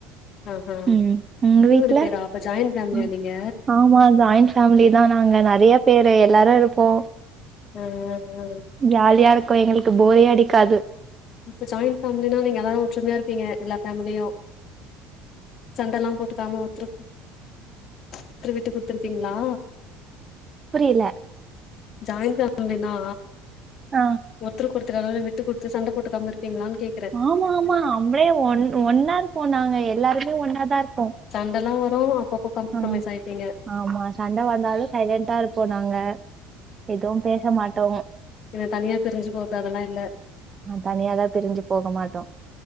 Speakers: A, on the left; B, on the right.
A: ஆஹா
B: ம் உங்க
A: இருவது
B: வீட்ல
A: பேரா அப்ப ஜாயிண்ட் ஃபேமிலியா
B: ஆ
A: நீங்க
B: ஆமா ஜாய்ண் ஃபேமலி தா நாங்க நறைய பேரு எல்லாரு இருப்போ
A: அ அ அ
B: ஜாலியா இருக்கு எங்களுக்கு போரே அடிக்காது
A: இப்ப ஜாயின்ட் ஃபேமிலினா நீங்க அதா ஒற்றுமையா இருப்பீங்க எல்லா பேமிலியு சண்டெல்லா போட்டுக்காம ஒத்துருக்கு த்துரு விட்டு குத்துருப்பீங்ளா
B: புரியல
A: ஜாய்ண்ட் ஃபேமிலினா
B: ஆ
A: ஒத்தருக் ஒருத்தரு அதாவது விட்டு குடுத்து சண்ட போட்டுக்காம இருப்பீங்களான் கே
B: ஆமா ஆமா நம்பளே ஒன் ஒன்னார் போனாங்க எல்லாருமே ஒன்னாதா இருப்போ
A: சண்டல்லா வரு அப்பப்போ காம்ப்ரமைஸ்
B: ஆ
A: ஆய்ப்பீங்க
B: ஆமா சண்ட வந்தாலு சைலண்டடா இருப்போ நாங்க எதுவு பேச மாட்டோ
A: என்ன தனியா பிரிஞ்சு போறது அதெல்லா இல்ல
B: ஆ தனியாதா பிரிஞ்சு போக மாட்டோ